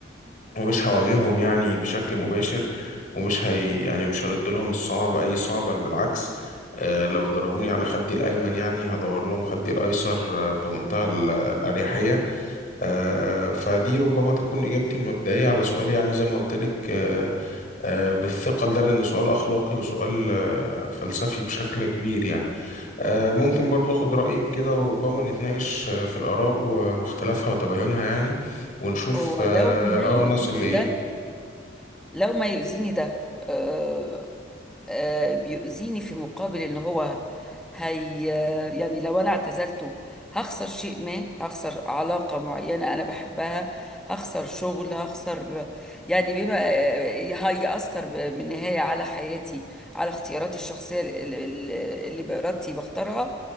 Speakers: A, on the left; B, in the centre.
A: ومش هواجههم يعني بشكل مباشر ومش هي يعني مش هرد لهم الصعب اي صعب بل بالعكس آه، لو ضربوني على خدي الايمن يعني هدور لهم خدي الايسر آه، بمنتهى ال- الاريحيه آه، فدي ربما تكون اجابتي المبدئيه على سؤال يعني زي ما قلت لك آه، آه، بالثقل ده لان سؤال اخلاقي وسؤال آه، فلسفي بشكل كبير يعني آه، ممكن برضو اخد رايك كده وربما نتناقش آه، في الاراء و- واختلافها وتباينها يعني ونشوف
B: هو
A: اه
B: لو ما يؤذيني
A: آه، نصل لايه
B: ده لو ما يؤذيني ده آه، آه، بيؤذيني في مقابل ان هو هي آه، يعني لو انا اعتزلته هخسر شيء ما هخسر علاقة معينة انا بحبها هخسر شغل هخسر يعني بما آه، هيأثر ب- بالنهاية على حياتي على اختياراتي الشخصية ال- ال- ال- اللي بإرادتي بختارها